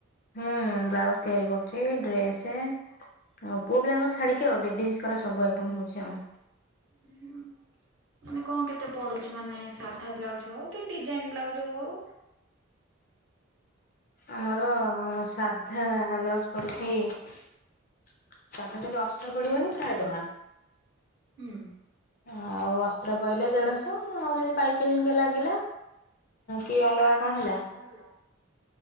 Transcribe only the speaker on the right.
ଉ ହୁଁ। ମାନେ କଣ କେତେ ପଡୁଛି ମାନେ ସାଧା ବ୍ଲାଉଜ ହଉ କି ଡିଜାଇନ ବ୍ଲାଉଜ ହଉ?
ହୁଁ
ହଁ ହେଲା।